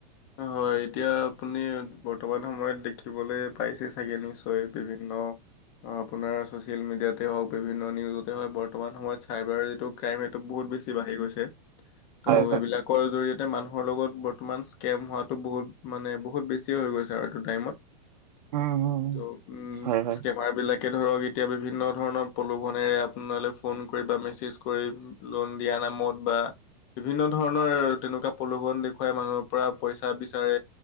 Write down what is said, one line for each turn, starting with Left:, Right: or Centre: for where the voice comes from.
Left: হয় এতিয়া আপুনি বৰ্তমান সময়ত দেখিবলৈ পাইছে চাগে নিশ্চয় বিভিন্ন অ আপোনাৰ চচিয়েল মিডিয়াতে হওক বিভিন্ন নিউজতে হয় বৰ্তমান সময়ত চাইবাৰ যিটো ক্ৰাইম এইটো বহুত বেছি বাঢ়ি গৈছে ত'
Right: হয় হয়
Left: এইবিলাকৰ জৰি়য়তে মানুহৰ লগত বৰ্তমান স্কেম হোৱাতো বহুত মানে বহুত বেছিয়ে হৈ গৈছে তাৰ এইটো টাইমত
Right: উম উম
Left: ত উম
Right: হয় হয়
Left: স্কেমাৰ বিলাক তাকে ধৰক এতিয়া বিভিন্ন ধৰণৰ প্ৰলোভনেৰে আপোনালৈ ফোন কৰি বা মেছেজ কৰি লোন দিয়া নামত বা বিভিন্ন ধৰণৰ তেনেকুৱা প্ৰলোভন দেখুৱাই মানুহৰ পৰা পইচা বিচাৰে